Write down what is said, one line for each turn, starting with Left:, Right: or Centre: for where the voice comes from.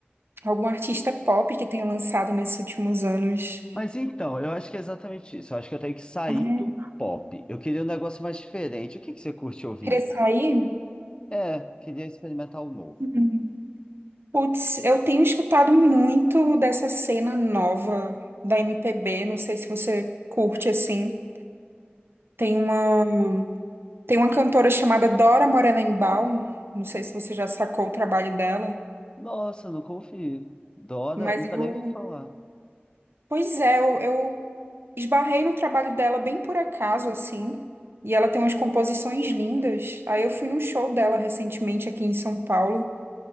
Right: algum artista pop que tenha lançado nesses últimos anos.
Left: Mas então, eu acho que é exatamente isso. Eu acho que eu tenho que sair
Right: É.
Left: do pop. Eu queria um negócio mais diferente. O que que você curte ouvir?
Right: Queria sair?
Left: É, queria experimentar o novo.
Right: Uhum. Putz, eu tenho escutado muito dessa cena nova da MPB, não sei se você curte, assim. Tem uma. Tem uma cantora chamada Dora Morelenbaum, não sei se você já sacou o trabalho dela,
Left: Nossa, nunca ouvi. Dora,
Right: mas
Left: nunca
Right: eu,
Left: nem ouvi falar.
Right: pois é, eu, eu esbarrei no trabalho dela bem por acaso, assim, e ela tem umas composições lindas. Aí eu fui num show dela recentemente aqui em São Paulo.